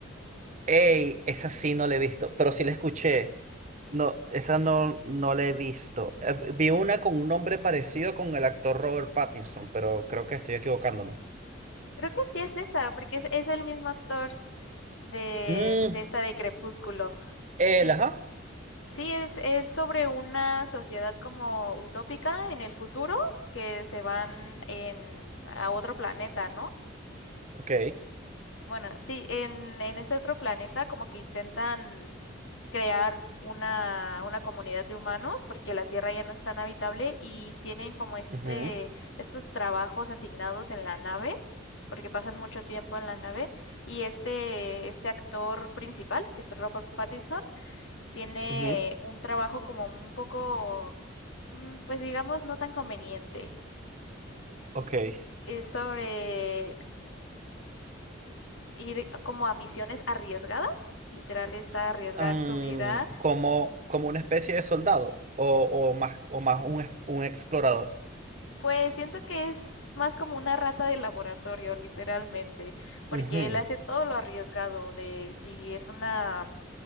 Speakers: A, on the right; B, on the left.
A: Ey, esa sí no la he visto, pero sí la escuché. No, esa no, no la he visto. Eh, vi una con un nombre parecido con el actor Robert Pattinson, pero creo que estoy equivocándome.
B: Creo que sí es esa, porque es, es el mismo actor de,
A: Mm,
B: de esta de Crepúsculo.
A: él,
B: Sí.
A: ajá.
B: Sí, es, es sobre una sociedad como utópica en el futuro que se van en, a otro planeta, ¿no?
A: Ok.
B: Bueno, sí, en, en este otro planeta como que intentan crear una, una comunidad de humanos porque la Tierra ya no es tan habitable y tienen como este,
A: Ujú.
B: estos trabajos asignados en la nave, porque pasan mucho tiempo en la nave, y este, este actor principal, que es Robert Pattinson, tiene
A: Ujú,
B: un trabajo como un poco, mm, pues digamos, no tan conveniente.
A: Ok.
B: Es sobre ir como a misiones arriesgadas, literal es arriesgar
A: Mm,
B: su vida.
A: como, como una especie de soldado o, o más, o más un, ex- un explorador.
B: Pues siento que es más como una rata de laboratorio, literalmente, porque
A: Ujú.
B: él hace todo lo arriesgado de si es una